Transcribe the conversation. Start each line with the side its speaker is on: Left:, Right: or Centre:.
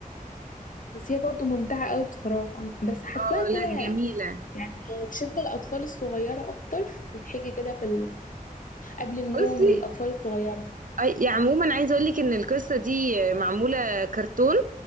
Left: بس هي برضو ممتعة قوي بصراحة بس حاساها
Right: اه
Left: كده
Right: لا جميلة
Left: يعني تشد الأطفال الصغيرة أكتر تتحكي كده في قبل النوم
Right: بصي
Left: للأطفال الصغيرة
Right: أي- يعني عموما عايزة أقولك إن القصة دي معمولة كرتون